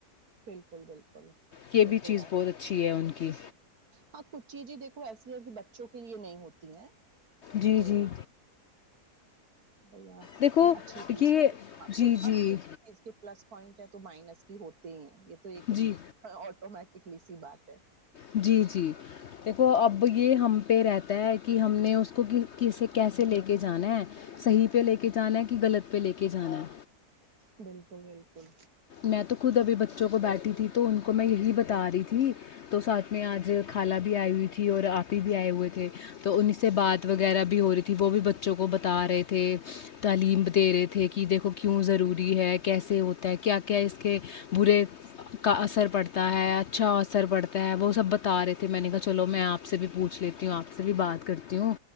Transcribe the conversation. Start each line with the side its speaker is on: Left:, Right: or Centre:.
Right: بالکل بالکل
Left: یہ بھی
Right: تو
Left: چیز
Right: ہے
Left: بہت اچھی ہے ان کی کی
Right: ہاں کچھ چیزیں دیکو ایسی ہے کہ بچ بچوں کے لیے نہیں ہوتی ہیں
Left: جی،
Right: تو
Left: جی،
Right: بھیا
Left: دیکھو
Right: اچھی چیز
Left: یہ
Right: بھی ہ کوئی
Left: جی، جی،
Right: اب کسی چیز کے پلس پوائنٹ ہے تو مائنس ہوتی ہیں یہ تو ایک
Left: جی۔
Right: آٹومیٹکلی سی بات ہے
Left: جی جی دیکھو اب یہ ہم پہ رہتا ہے کہ ہم نے اس کو کس کیسے لے کے جانا ہے صحیح پہ لے کے جانا ہے کہ غلط پہ لے کے جانا ہے
Right: بالکل بالکل
Left: میں تو خود ابھی بچوں کو بیٹھی تھی تو ان کو میں یہی بتا رہی تھی تو ساتھ میں آج کھالا بھی ائی ہوئی تھی اور اپی بھی ائی ہوئی کہ تو انہیں سے بات وغیرہ بھی ہو رہی تھی وہ بھی بچوں کو بتا رہے تھے تعلیم دے رہے تھے کہ دیکھو کیوں ضروری ہے کیسے ہوتا ہے کیا کیا اس کے برے کا اثر پڑتا ہے اچھا اثر پڑتا ہے وہ سب بتا رہے تھے میں نے کہا چلو میں آپ سے بھی پوچھ لیتی ہوں آپ سے بھی بات کرتی ہوں